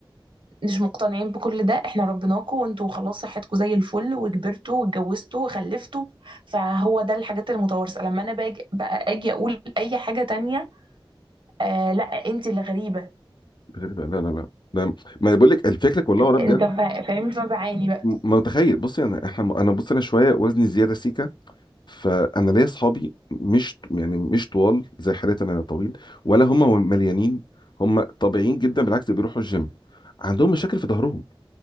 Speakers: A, on the right; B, on the left.
A: مش مقتنعين بكل ده احنا ربيناكوا وانتوا خلاص صحتكوا زي الفل وكبرتوا واتجوزتوا وخلفتوا فهو ده الحاجات المتوارثه لما انا باجي بقى اجي اقول اي حاجه تانية آه لا انت اللي غريبه
B: غريبه لا لا لا ده ما بقول لك الفكره كلها ورا بجد
A: انت فا- فاهم فبعاني بقى
B: م- ما متخيل بصي انا احنا انا بص انا شويه وزني زياده سيكا فانا ليا اصحابي مش يعني مش طوال زي حالتي انا طويل ولا هم مليانين هم طبيعيين جدا بالعكس ده بيروحوا الجيم عندهم مشاكل في ظهرهم